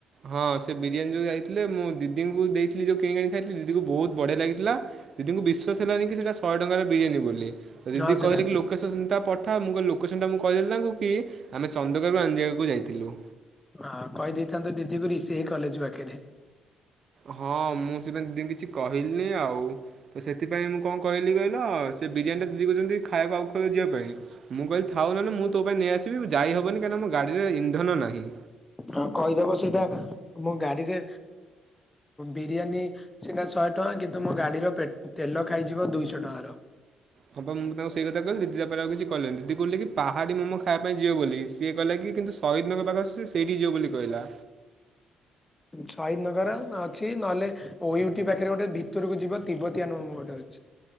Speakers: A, on the right (about 55°); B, on the left (about 15°).
A: ହଁ ସେ ବିରିୟାନୀ ଯଉ ଯାଇଥିଲେ ମୁଁ ଦିଦିଙ୍କୁ ଦେଇଥିଲି ଯଉ କିିକାଣି ଖାଇଥିଲେ ଦିଦିକୁ ବହୁତ ବଢିଆ ଲାଗିଥିଲା ଦିଦିଙ୍କୁ ବିଶ୍ୱାସ ହେଲାନି କି ସେଟା ଶହେ ଟଙ୍କାର ବିରିୟାନି ବୋଲି ଦିଦି
B: ହଁ ସେଟା
A: କହିଲେ କି ଲୋକ ଲୋକେସନ୍ଟ ପଠା ମୁଁ ଲୋକେସନ୍ଟା ମୁଁ କହିଦେଲି ତାଙ୍କୁ କି ଆମେ ଚନ୍ଦକାାରୁ ଆଞଜିବାକୁ ଯାଇଥିଲୁ।
B: ହଁ କହିଦେଇଥାନ୍ତ ଦିଦି କୁ ରିସିଭାଇ କଲେଜ ପାଖରେ।
A: ହଁ ମୁଁ ସେପାଇଁ କିଛି କହିଲିନି ଆଉ ତ ସେଥିପାଇଁ ମୁଁ କଣ କହିଲି କହିଲ? ସେ ବିରିୟାନୀଟା ଦିଦି କୋଉ ଛନ୍ତି ଖାଇବାକୁ ଆଉ ଖକୁ ଯିବା ପାଇଁ। ମୁଁ କହିଲି ଥାଉ ନହେନେ ମୁଁ ତୋ ପାଇଁ ନେଇ ଆସିବି ଯାଇ ହବନି କାହିକିନା ମୋ ଗଡି ରେ ଇନ୍ଦନ ନାହିଁ।
B: ହଁ କହିଦବ ସେଇଟା ମୁଁ ଗାଡିରେ ବିରିୟାନୀ ସିନା ଶହେ ଟଙ୍କା କିନ୍ତୁ ମୋ ଗାଡିର ପେ ତେଲ ଖାଇଯିବ ଦୁଇଶହ ଟଙ୍କାର।
A: ହଁପା ମୁଁ ତାଙ୍କୁ ସେଇ କଥା କିଲି ଦିଦି ତାପରେ ଆଉ କିଛି କହିଲେନି ଦିଦି କିଲେ କି ପାହାଡି ମୋମ ଖାଇବା ପାଇଁ ଯିବ ବୋଲି ସିଏ କଲେ କିନ୍ତୁ ଶଇଦନଗର ପାଖ ଆସୁ ସେଇଠି ଯିବ ବୋଲି କହିଲା।
B: ଶହୀଦ ନଗର ଅଛି ନହେଲେ ଓଇଟି ପାଖରେ ଗୋଟେ ଭିତରକୁ ଯିବ ତିବଟିଆ ନୁ ଗୋଟେ ଅଛି।